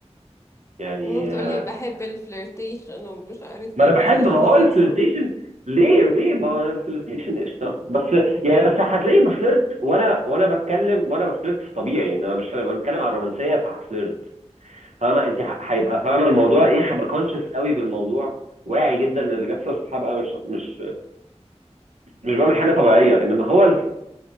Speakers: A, on the right; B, on the left.
A: يعني
B: وما بتقولي
A: آه،
B: بحب الفلirtation ومش عارف ايه
A: ما انا بحب
B: مفيش
A: ما
B: خالص
A: هو الفلirtation ليه ليه ما هو الفلirtation قشطه بس يعني بس هتلاقيني بفلرت وانا وانا بتكلم وانا بفلرت في طبيعي ان انا مش لما بنتكلم عن الرومانسيه فهفلرت فاهمه انت ه- هيبقى فاهمه الموضوع ايه هبقى كونشس قوي بالموضوع واعي جدا للي بيحصل هبقى مش مش مش بعمل حاجه طبيعيه انما هو الف-